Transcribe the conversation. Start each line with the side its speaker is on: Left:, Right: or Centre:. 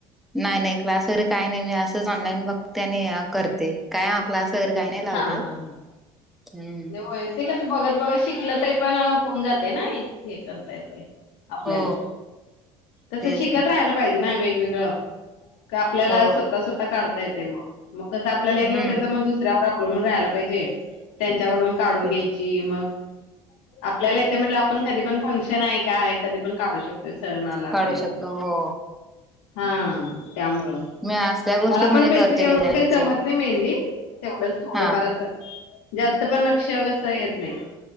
Centre: नाही नाही, क्लास वगैरे काही नाही, मी असंच ऑनलाईन बघते आणि करते. काय अ क्लास वगैरे काही नाही लावते
Left: हा
Centre: अ
Left: हा हा
Centre: हम्म.
Left: नाही होय ते कसं बघत बघत शिकलं तरी पण होऊन जातंय ना हे, हे करता येतंय. आपल्याला,
Centre: हो
Left: कसं
Centre: तेच
Left: शिकत
Centre: का
Left: राहायला पाहिजे ना वेगवेगळं, का आपल्याला
Centre: हो
Left: स्वतः स्वतः काढता येतंय मग. मग कसं आपल्याला येत
Centre: हम्म
Left: नसेल तर मग दुसऱ्यावर अवलंबून राहायला पाहिजे, त्यांच्याकडून काढून
Centre: तेच
Left: घ्यायची. की मग आपल्याला येतंय म्हणल्यावर आपण कधी पण फंक्शन आहे, काय आहे, कधी पण काढू शक सणाला
Centre: काढू
Left: कायला,
Centre: शकतो हो
Left: हां त्यामुळं.
Centre: मी असल्या गोष्टी
Left: मला
Centre: म्हणजे
Left: पण बेसिक
Centre: करते
Left: एवढ
Centre: डिझायनिंगच
Left: काही जमत नाही मेहंदी तेवढंच. थोडंफार
Centre: हा
Left: असं, जास्त पण नक्षी अग असं येत नाही,